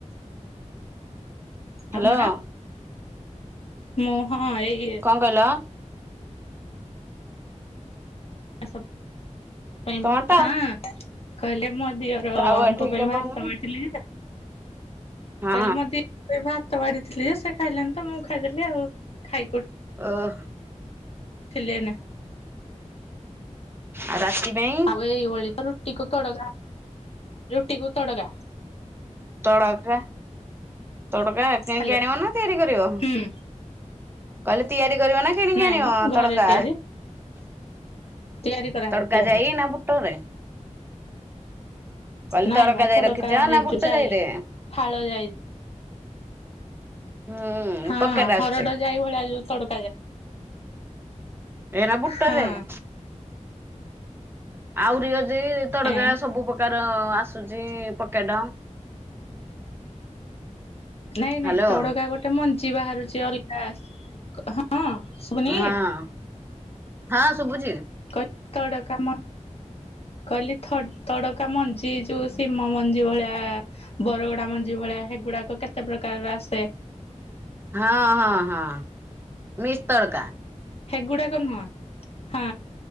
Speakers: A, on the right; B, on the left.
A: ହ୍ୟାଲୋ
B: ତମେ? ମୁଁ ହଁ ଏଇ
A: କଣ କହିଲ?
B: ସ
A: ତମର
B: ଭଥା
A: ଟା
B: <inaudible> କହିଲେ ମ ଦିଅରଙ୍କ
A: ଟାୱା ଠିକ
B: ପାଇଁ
A: ରେ
B: ମୁଁ
A: ପାଉନି।
B: ହାତ ବାଡ଼ିଥିଲି ଯେ
A: ହଁ
B: କହିଲି ମୋ ଦି ଭାତ ବାଢ଼ିଥିଲି ଯେ ସେ ଖାଇଲେନି ତ ମୁଁ ଖାଇଦେଲି ଆଉ ଖାଇକିଉଠ
A: ଓହ।
B: ଥିଲେ ଏଇନେ
A: ଆଉ ରାତି ପାଇଁ
B: ଆଉ ଏଇ ଓଳି କର ରୁଟିକୁ ତଡଗା ରୁଟି କୁ ତଡଗା।
A: ତଡକା ତଡ଼କା କିଣିକି
B: ହ୍ୟାଲୋ
A: ଆଣିବ ନା ତିଆରି କରିବ?
B: ହୁଁ
A: କହିଲି ତିଆରି କରିବ ନା କିଣିକି
B: ନାଇଁ
A: ଆଣିବ
B: ମ ଘରେ
A: ତଡକା?
B: ତିଆରି ତିଆରି କରାହବ
A: ତଡକା
B: ତିଆରି।
A: ଯାଇନା ବୁଟରେ? କହିଲି
B: ନାଇଁ
A: ତଡ଼କା
B: ମ
A: ଯାଇ
B: ତଡକା
A: ରଖିଛ
B: ହେଇ
A: ନା ବୁଟ
B: ଯୋଉ ଯାଇ
A: ଯାଇରେ?
B: ଫାଳ ଯାଇ
A: ହୁଁ।
B: ହଁ
A: ପକେଟ
B: ହରଡ
A: ଆସୁଛି
B: ଯାଇ ଭଳିଆ ଯୋଉ ତଡକା ଯାଇ।
A: ଏଟ ବୁଟ
B: ହଁ
A: ଯାଇ। ଆହୁରି ଅଜି ତଡକା
B: ଏଁ
A: ସବୁ ପ୍ରକାର ଆସୁଛି ପକେଟ।
B: ନାଇଁ ନାଇଁ
A: ହ୍ୟାଲୋ
B: ତଡକା ଗୋଟେ ମଞ୍ଜି ବାହାରୁଛି ଅଲଗା ହଁ ଶୁଭୁନି
A: ହଁ ହଁ ଶୁଭୁଛି।
B: କହିଲି ତଡ଼କା ମ କହିଲି ଥ ତଡକା ମଞ୍ଜି ଯୋଉ ଶିମ ମଞ୍ଜି ଭଳିଆ ବରଗଡା ମଞ୍ଜି ଭଳିଆ ହେଗୁଡାକ କେତେ ପ୍ରକାରର ଆସେ।
A: ହଁ ହଁ ହଁ ମିକ୍ସ ତଡକା।
B: ହେଗୁଡାକ ନୁହଁ ହଁ